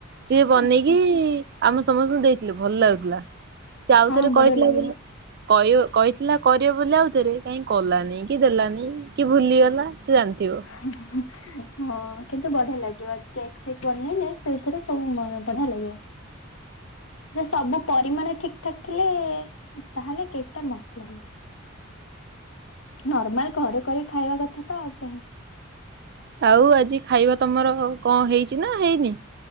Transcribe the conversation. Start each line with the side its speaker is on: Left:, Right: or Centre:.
Right: ସିଏ
Left: ଲାଗିବ।
Right: ବନେଇକି ଆମ ସମସ୍ତଙ୍କୁ ଦେଇଥିଲେ ଭଲ ଲାଗୁଥିଲା। ସେ ଆଉଥରେ
Left: ହଁ ବଢିଆ
Right: କହିଥିଲା
Left: ଲାଗିବ
Right: ବୋଲି କହିବ କହିଥିଲା କରିବ ବୋଲି ଆଉ ଭିତରେ କାଇହିଁ କଲାନି କି ଦେଲାନି କି ଭୁଲିଗଲା। ସେ ଜାଣିଥିବ।
Left: ହ ହଁ କିନ୍ତୁ ବଢିଆ ଲାଗିବ କେକ୍ ଫେକ୍ ବନେଇଲେ ସେଇଥିରେ ସବୁ ବଢିଆ ଲାଗିବ।
Right: <inaudible>
Left: ଯେ ସବୁ ପରିମାଣ ଠିକ ଠାକ୍ ଥିଲେ ତାହେଲେ କେକ୍ ଟା ମସ୍ତ ଲାଗିବ। ନର୍ମାଲ ଘରେ କରି ଖାଇବା କଥା ତ ଆଉ କଣ।
Right: ଆଉ ଆଜି ଖାଇବା ତମର କଣ ହେଇଛି ନା ହେଇନି।